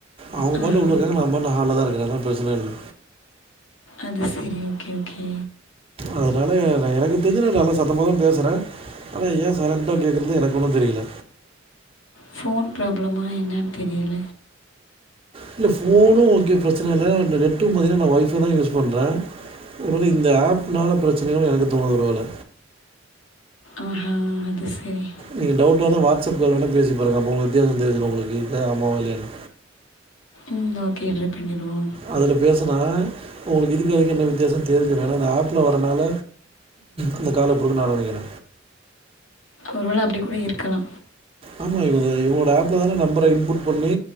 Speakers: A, on the right; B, on the left.
A: அவுங்க பாட்ல
B: ஆஹா
A: உள்ள இருக்காங்க நா பாட்ல ஹால்ல தா இருக்கே அதுனால பிரச்சன இல்ல
B: அது செரி ஓகே ஓகே
A: அதுனால நா எனக்கு தெருஞ்சு நா நல்லா சத்தமாக தா பேசுறே ஆனா ஏ சலன்ட்டா கேக்குன்தா எனக்கு ஒன்னு தெரில
B: ஃபோன் ப்ராப்ளமா என்னன் தெரியில
A: இல்ல ஃபோனு ஓகே பிரச்சனல்ல இந்த நெட்டு பாத்தினா நா ஒய்ஃபை தா யூஸ் பண்றே ஒருவேள இந்த ஆப்னால பிரச்சனயோன் எனக்கு தோனுது ஒரு வேள
B: ஆஹா அது செரி
A: நீங்க டவுட்டா இருந்தா வாட்ஸ்அப் கால் வேணா பேசி பாருங்க அப்ப உங்களுக்கு வித்தியாசோ தெரிஞ்சிரு உங்களுக்கு <unintelligible> ஆமாவா இல்லயானு
B: ம் ஓகே ட்ரை பண்ணிடுவோ
A: அதுல பேசுனா உங்களுக்கு இதுக்கு அதுக்கு என்ன வித்தியாசன் தெரிஞ்சவேனா நா ஆப்ல வரனால அந்த கால் அப்டிருக்குன்னு நா நெனைக்கற
B: ஒருவேள அப்டி கூட இருக்கலா
A: ஆமா இவரு இவரோட ஆப்ல தான நம்பர இன்புட் பண்ணி